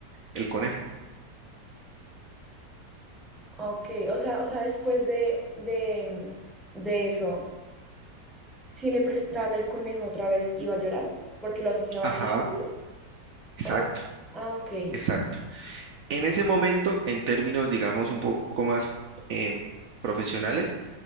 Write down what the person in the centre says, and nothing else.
Ok, o sea, o sea, después de, de, de eso, si le presentaban el conejo otra vez, iba a llorar porque lo asociaba
con el ruido.
Oh, ah, ok,